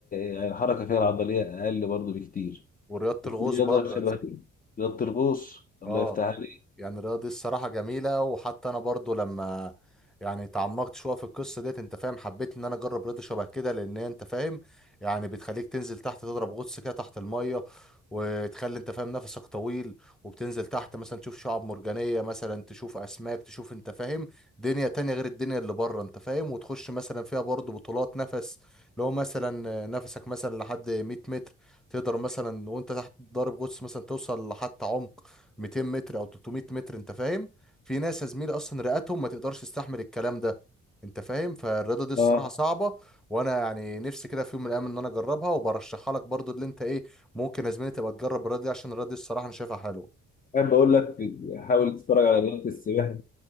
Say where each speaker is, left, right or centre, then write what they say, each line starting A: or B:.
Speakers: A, on the left; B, in the centre.
A: يعني الحركة فيها العضلية أقل برضو بكتير
B: والرياضة
A: وفي
B: الغوص
A: رياضة
B: برضه
A: شبه
B: يا زميلي
A: رياضة الغوص الله
B: اه
A: يفتح عليك
B: يعني الرياضة دي الصراحة جميلة وحتى أنا برضو لما يعني تعمقت شوية في القصة ديت أنت فاهم حبيت إن أنا أجرب رياضة شبه كده لأن هي أنت فاهم يعني بتخليك تنزل تحت تضرب غطس كده تحت المية وتخلي أنت فاهم نفسك طويل وبتنزل تحت مثلا تشوف شعاب مرجانية مثلا تشوف أسماك تشوف أنت فاهم دنيا تانية غير الدنيا اللي بره أنت فاهم وتخش مثلا فيها برضو بطولات نفس لو مثلا نفسك مثلا لحد 100 متر تقدر مثلا وأنت تحت ضارب غطس مثلا توصل لحتى عمق 200 متر او 300 متر انت فاهم في ناس يا زميلي اصلا رئتهم ما تقدرش تستحمل الكلام ده انت فاهم فالرياضه دي الصراحه
A: اه
B: صعبه وانا يعني نفسي كده في يوم من الايام ان انا اجربها وبرشحها لك برضو اللي انت ايه ممكن يا زميلي تبقى تجرب الرياضه دي عشان الرياضه دي الصراحه انا شايفها حلوه
A: أحب أقول لك حاول تتفرج على رياضة السباحة